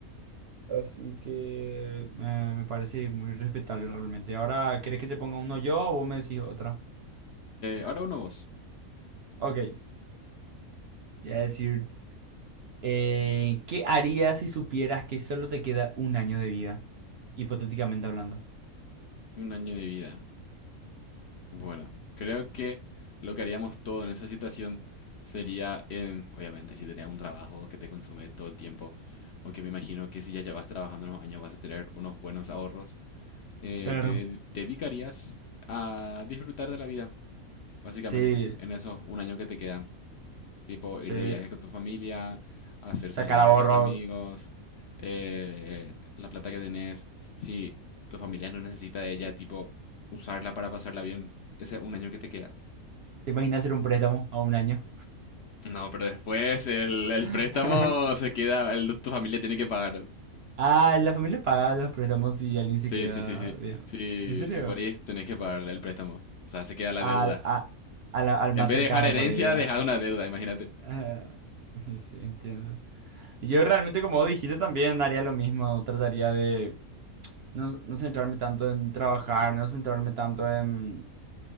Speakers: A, on the right (about 55°); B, on the left (about 60°).
A: Así que eh, me parece muy respetable realmente. Ahora, ¿querés que te ponga uno yo o vos me decís otra?
B: ahora uno vos,
A: Ok, te voy a decir, eh, ¿qué harías si supieras que solo te queda un año de vida? Hipotéticamente hablando.
B: un año de vida. Bueno, creo que lo que haríamos todo en esa situación sería, em, obviamente, si tenías un trabajo que te consume todo el tiempo, aunque me imagino que si ya llevas trabajando unos años vas a tener unos buenos ahorros, eh,
A: Claro.
B: te de- dedicarías a disfrutar de la vida, básicamente,
A: Sí,
B: en esos un año que te quedan. Tipo
A: sí.
B: ir de viaje con tu familia, hacer
A: Sacar
B: salidas
A: ahorros.
B: con tus amigos, eh, la plata que tenés. Si tu familia no necesita de ella, tipo usarla para pasarla bien, ese un año que te queda.
A: ¿Te imaginas hacer un préstamo a un año?
B: No, pero después el, el
A: <laughs>
B: préstamo se queda, el, tu familia tiene que pagar.
A: Ah, la familia paga los préstamos si alguien se
B: Sí,
A: queda
B: sí, sí, sí.
A: bien.
B: Sí,
A: ¿En serio?
B: si morís, tenés que pagar el préstamo. O sea, se queda la
A: al,
B: deuda.
A: a- al, al
B: En
A: más
B: vez
A: cercano
B: de dejar herencia,
A: por ahí, ¿verdad?
B: dejar una deuda, imagínate.
A: Ah, <laughs> sí, entiendo. Yo realmente, como vos dijiste, también haría lo mismo. Trataría de no, no centrarme tanto en trabajar, no centrarme tanto en,